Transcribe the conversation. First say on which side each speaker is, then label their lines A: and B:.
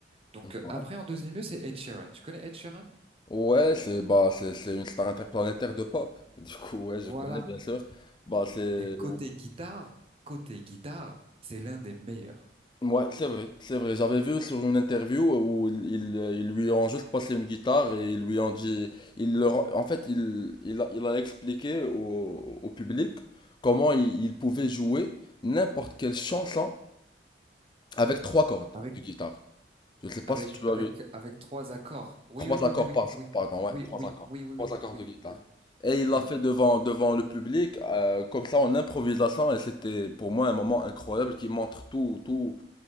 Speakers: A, on the right; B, on the left.
A: Donc
B: ouais.
A: euh, après, en deuxième lieu, c'est Ed Sheeran. Tu connais Ed Sheeran?
B: Ouais, c'est bah, c'est c'est une star interplanétaire de pop. Du coup, ouais, je
A: Voilà.
B: connais bien sûr. Bah, c'est
A: Et côté guitare, côté guitare, c'est l'un des meilleurs.
B: ouais, c'est vrai, c'est vrai. J'avais vu sur une interview où ils, ils, euh, ils lui ont juste passé une guitare et ils lui ont dit, il leur, en fait, il, il a, il a expliqué au, au public comment il, il pouvait jouer n'importe quelle chanson avec trois cordes
A: Avec
B: de guitare. Je sais pas
A: Avec,
B: si tu
A: avec,
B: as vu
A: avec trois accords. Oui,
B: Trois
A: oui, oui,
B: accords
A: oui, oui,
B: par jour,
A: oui,
B: pardon, ouais,
A: oui,
B: trois
A: oui,
B: accords.
A: oui, oui,
B: Trois
A: oui,
B: accords
A: oui,
B: de guitare.
A: oui,
B: Et il l'a
A: oui,
B: fait devant, devant le public, euh, comme ça en improvisation, et c'était pour moi un moment incroyable qui montre tout, tout,